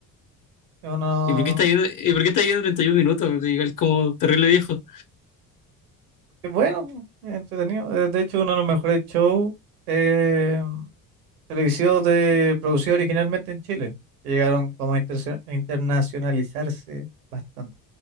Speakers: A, on the right; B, on the left.
A: Es uno,
B: ¿Y por qué está viendo, y por qué está viendo treinta y uno minutos? Pues Igual como terrible viejo.
A: que bueno, po, es entretenido. Eh, De hecho, uno de los mejores shows eh, televisivos de producido originalmente en Chile, que llegaron como a interse- a internacionalizarse bastante.